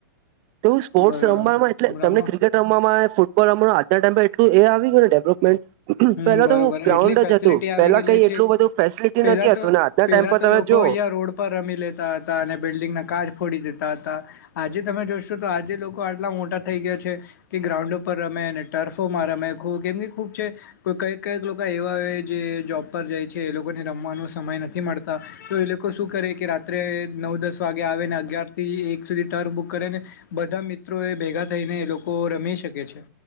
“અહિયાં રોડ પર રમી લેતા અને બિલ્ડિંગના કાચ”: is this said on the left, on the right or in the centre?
Left